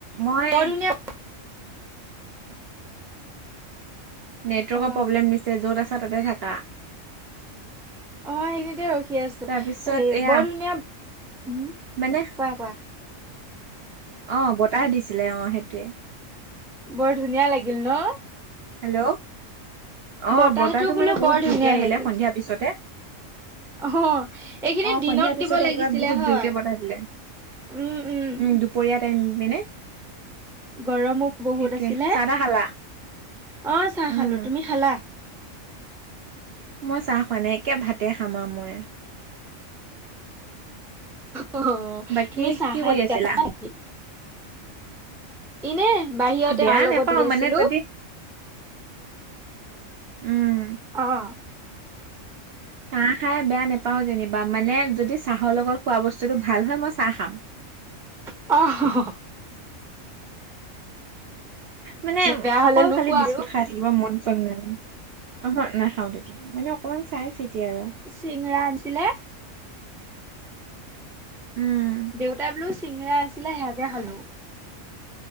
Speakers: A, on the right; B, in the centre.
A: মই
B: বৰ ধুনীয়া
A: নেটৱৰ্কৰ
B: অ
A: প্ৰব্লেম দিছে, য'ত আছা তাতে থাকা।
B: অ' সেইখিনিতে ৰখি আছোঁ,
A: তাৰপিছত
B: এই
A: এয়া
B: বৰ ধুনীয়া, উম,
A: মানে
B: কোৱা কোৱা।
A: অ' বতাহ দিছিলে, অ' সেইটোৱে।
B: বৰ ধুনীয়া লাগিল ন'?
A: হেল্ল'। অ
B: বতাহটো বোলো
A: মানে বহুত
B: বৰ ধুনীয়া
A: জোৰকে আহিলে
B: লাগিল।
A: সন্ধিয়া পিছতে
B: অ' এইখিনি
A: অ
B: দিনত
A: সন্ধিয়া পিছতে
B: দিব লাগিছিলে
A: এইবাৰ বহুত
B: হয়।
A: জোৰকে বতাহ দিলে
B: উম, উম।
A: দুপৰীয়া টাইম পিনে
B: গৰমো বহুত
A: সেইটোয়ে
B: আছিলে।
A: চাহ
B: অ'
A: তাহ খালা?
B: চাহ
A: উম
B: খালোঁ। তুমি খালা?
A: মই চাহ খোৱা নাই, একে ভাতে খাম আৰু মই।
B: অ' হ'
A: বাকী
B: তুমি চাহ
A: কি
B: খাই
A: কৰি
B: বয়া
A: আছিলা?
B: পোৱা নেকি? এনে বাহিৰতে
A: বেয়া
B: মাৰ লগত
A: নেপাও
B: বহি আছিলো
A: মানে যদি উম।
B: অ'।
A: চাহ খাই বেয়া নোপাওঁ যেনিবা, মানে যদি চাহৰ লগত খোৱা বস্তুটো ভাল হয় মই চাহ খাম।
B: অ'
A: মানে
B: বেয়া হলে
A: অকল
B: নোখোৱা
A: খালি বিস্কুট
B: আৰু।
A: খাই কিবা মন চন নাই। অ'হ' নেখাও তেতিয়া মানে অকমান চাই চিতি আৰু।
B: চিংৰা আনিছিলে
A: উম
B: দেউতাই বোলো চিঙৰা আনিছিলে সেয়াকে খালোঁ।